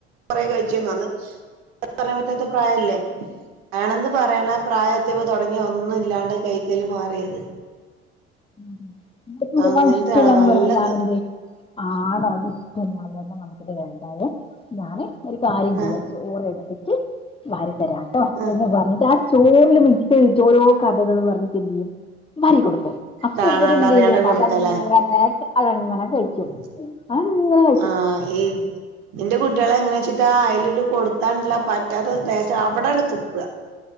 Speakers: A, on the right (about 65°); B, on the left (about 15°).
A: കൊറെ കഴിച്ചിന്നു അന്ന് പറയാൻ പറ്റാത്ത പ്രായല്ലേ വേണംന്ന് പറയ്ണ പ്രായെത്യപ്പോ തൊടങ്ങി ഒന്നും ഇല്ലാണ്ട് കയ്ക്കല് മാറിയത്
B: <unintelligible>
A: അങ്ങനത്തെ
B: ഇഷ്ടല്ലാന്ന്
A: ആളാ നല്ല
B: പറയുമ്പോ ഞാനെന്തെയ്യും ആണോ അത്ഷ്ടല്ല <unintelligible> നമക്ക്‌ത് രണ്ടായും ഞാന് ഒരു കാര്യം ചെയ്യാ
A: ആഹ്
B: ചോർ എടുത്തിട്ട് വാരിതരാട്ടോ
A: ആഹ്
B: എന്ന് പറഞ്ഞിട്ട് ആഹ് ചോറ്‌ല് മിക്സെയ്ത്ട്ട് ഓരോ കഥകള് പറഞ്ഞിട്ടെന്തെയ്യും വാരി കൊടുക്കും പ്പ
A: കാണാണ്ട്
B: വരെന്തെയും
A: അറിയാണ്ട് കൊടുക്കലേ
B: അതങ്ങനെ അതങ്ങനെ കഴി
A: <inaudible>
B: അതങ്ങ
A: ആഹ് ഈ ഇന്റെ കുട്യേളെങ്ങനെച്ചിട്ട അയലിണ്ട് കൊടുത്താണ്ടല്ലോ പറ്റാത്ത ടേസ അവിടണ്ട് തുപ്പ.